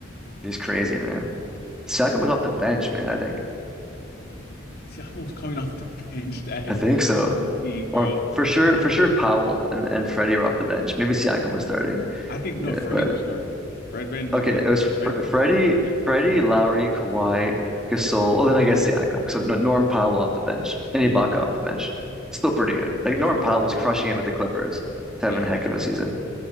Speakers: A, in the centre; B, on the left.
A: He's crazy, man. Siakam was off the bench, man. I think
B: Siakam was coming off the bench. That is
A: I think so,
B: crazy, bro.
A: or for sure, for sure, Powell and and Freddie were off the bench. Maybe Siakam was starting.
B: I think no,
A: Yeah,
B: Freddie
A: but
B: was starting. Fred Van because
A: Okay,
B: I think
A: it was Fr
B: Fred,
A: Freddie,
B: Fred-
A: Freddie, Lowry, Kawhi, Gasol. Well, then I guess Siakam. So no, Norm Powell off the bench and
B: yeah,
A: Ibaka off the bench. Still pretty good. Like
B: that's
A: Norm
B: still
A: Powell was
B: pretty
A: crushing
B: good.
A: it with the Clippers. He's
B: Yeah,
A: having a heck
B: yeah.
A: of a season.